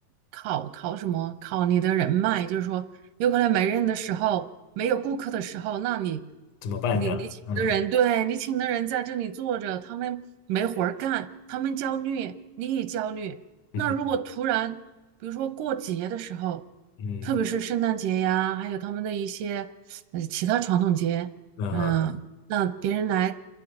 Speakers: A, on the right; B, on the left.
A: 考考什么？考你的人脉，就是说，有可能没人的时候，没有顾客的时候，那你
B: 怎么办这样？
A: 你你请的人，
B: 嗯
A: 对你请的人在这里坐着，他们没活儿干，他们焦虑，你也焦虑。
B: 嗯哼
A: 那如果突然，比如说过节的时候，
B: 嗯嗯哼
A: 特别是圣诞节呀，还有他们的一些呃其他传统节，
B: 嗯，
A: 嗯、那别人来，